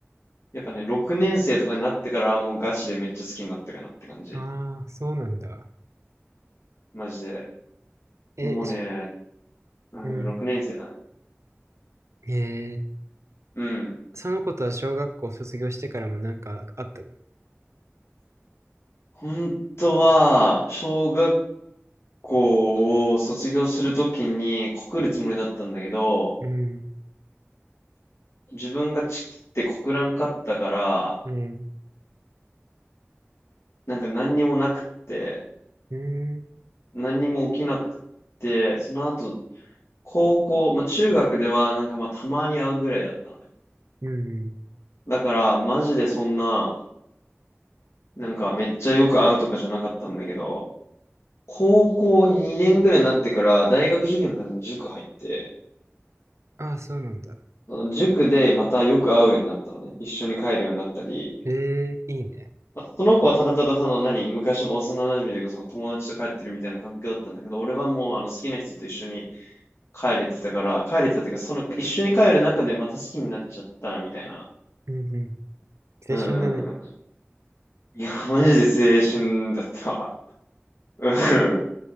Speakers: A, on the left; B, on the right.
A: やっぱね、6年生とかになってからもうガチでめっちゃ好きになったかなって感じ。
B: ああ、そうなんだ。
A: マジで。
B: え、
A: もうね、
B: じゃ
A: うん、
B: うん。
A: 6年生だね。
B: え
A: うん。
B: その子とは小学校卒業してからもなんかあったの
A: 本当は、小学校を卒業するときに告るつもりだったんだけど、
B: うん、
A: 自分がチキって告らんかったから、
B: うん、
A: なんか何にもなくって、
B: うん、
A: 何にも起きなくって、その後、高校、まあ中学ではなんかまあたまに会うぐらいだったのね。
B: うん。
A: だから、マジでそんな、なんかめっちゃよく会うとかじゃなかったんだけど、高校2年ぐらいになってから大学受験のために塾入って、
B: ああ、そうなんだ。
A: その塾でまたよく会うようになったのね。一緒に帰るようになったり、
B: ええ、いいね。
A: まあその子はただただたの何、昔の幼馴染というかその友達と帰ってるみたいな感覚だったんだけど、俺はもうあの好きな人と一緒に帰れてたから、帰れてたっていうか、その、一緒に帰る中でまた好きになっちゃった、みたいな。
B: うん、うん。
A: うんうんうん。
B: 青春だね。
A: いや、マジで青春だったわ。うん。